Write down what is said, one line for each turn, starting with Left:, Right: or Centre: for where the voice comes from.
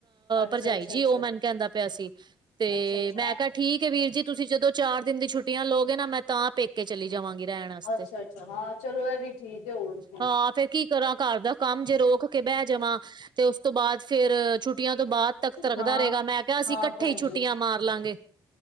Left: ਅੱਛਾ
Right: ਭਰਜਾਈ
Left: ਅੱਛਾ
Right: ਜੀ ਉਹ ਮੈਨ
Left: ਅੱਛਾ
Right: ਕਹਿੰਦਾ ਪਿਆ ਸੀ ਤੇ
Left: ਅੱਛਾ ਅੱਛਾ
Right: ਮੈਂ ਕਿਹਾ ਠੀਕ ਹ ਵੀਰ ਜੀ ਤੁਸੀਂ ਜਦੋਂ ਚਾਰ ਦਿਨ ਦੀ ਛੁੱਟੀਆਂ ਲੋਕ ਨਾ ਮੈਂ ਤਾਂ ਕਿ ਚਲੀ ਜਾਵਾਂਗੀ ਰਹਿਣ ਵਾਸਤੇ
Left: ਅੱਛਾ ਅੱਛਾ ਹਾਂ ਚਲੋ ਇਹ ਵੀ ਠੀਕ ਹੈ ਹੋਰ ਕੀ
Right: ਹਾਂ ਫਿਰ ਕੀ ਕਰਾਂ ਘਰ ਦਾ ਬਹੁਤ ਅੱਛਾ ਕੰਮ ਜੇ ਰੋਕ ਕੇ ਬਹਿ ਜਵਾਂ ਤੇ ਉਸ ਤੋਂ ਬਾਅਦ ਫਿਰ ਤੀਆਂ ਤੋਂ ਬਾਅਦ ਤਖਤ ਰੱਖਦਾ
Left: ਹਾਂ
Right: ਰਹੇਗਾ ਮੈਂ ਕਿਹਾ ਅਸੀਂ
Left: ਹਾਂ
Right: ਇਕੱਠੇ
Left: ਭੈਣ
Right: ਹੀ ਛੁੱਟੀਆਂ
Left: ਜੀ
Right: ਮਾਰ ਲਾਂਗੇ